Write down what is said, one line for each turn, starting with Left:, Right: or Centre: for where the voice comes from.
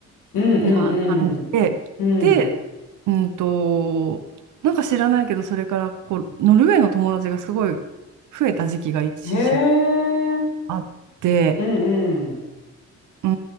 Left: うんうんうん。
Right: な感じで、で、うんと、なんか知らないけど、それからこう、ノルウェーの友達がすごい増えた時期が一時期
Left: うん。へえ。
Right: あって、
Left: うんうん。
Right: うー